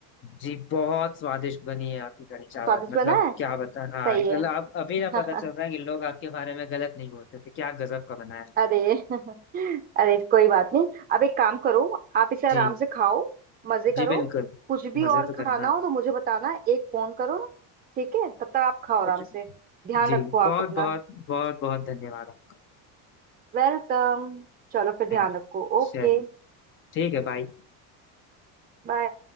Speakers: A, on the left; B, on the right.
A: जी बहुत स्वादिष्ट बनी है आपकी कढ़ी चावल
B: स्वादिष्ट
A: मतलब
B: बना है
A: क्या बता हाँ
B: सही
A: मतलब
B: है
A: आप अभी ना पता
B: <laughs>
A: चल रहा है कि लोग आपके बारे में गलत नहीं बोलते थे क्या गजब का बनाया है।
B: अरे <laughs> अरे कोई बात नहीं अब एक काम करो आप इसे
A: जी
B: आराम से खाओ मजे
A: जी
B: करो
A: बिल्कुल
B: कुछ भी
A: मजे
B: और
A: तो
B: खाना
A: करना
B: हो तो मुझे बताना एक फोन करो ठीक है तब तक आप खाओ आराम
A: कुछ
B: से ध्यान
A: जी
B: रखो
A: बहुत
B: आप अपना
A: बहुत बहुत बहुत धन्यवाद आपका
B: वेलकम चलो फिर ध्यान
A: Thank you
B: रखो Okay
A: चलिए ठीक है बाय
B: bye